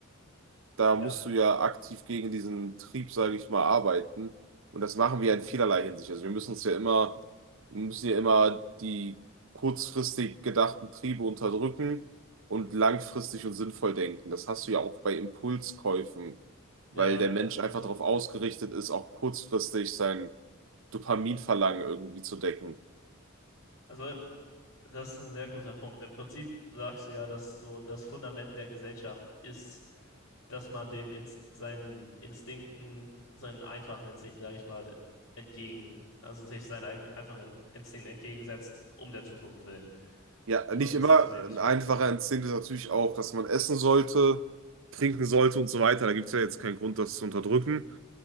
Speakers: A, on the right (about 65°); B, on the left (about 75°).
A: da musst
B: ja,
A: du ja aktiv gegen diesen Trieb, sage ich mal, arbeiten. Und das machen wir ja in vielerlei Hinsicht. Also wir müssen uns ja immer, wir müssen ja immer die kurzfristig gedachten Triebe unterdrücken und langfristig und sinnvoll denken. Das hast du ja auch bei Impulskäufen, weil
B: ja,
A: der Mensch
B: das stimmt.
A: einfach darauf ausgerichtet ist, auch kurzfristig sein Dopaminverlangen irgendwie zu decken.
B: Also, das ist ein sehr guter Punkt. Im Prinzip sagst du ja, dass so das Fundament der Gesellschaft ist. dass man den Inst seinen Instinkten, seinen einfachen Instinkten, sage ich mal, entgegen, also sich seinen eigenen einfachen Instinkten entgegensetzt, um der Zukunft willen
A: Ja,
B: und
A: nicht
B: um des
A: immer.
B: Zusammenlebens
A: Ein einfacher
B: willen.
A: Instinkt ist natürlich auch, dass man essen sollte, trinken sollte und so weiter. Da gibt es ja jetzt keinen Grund, das zu unterdrücken.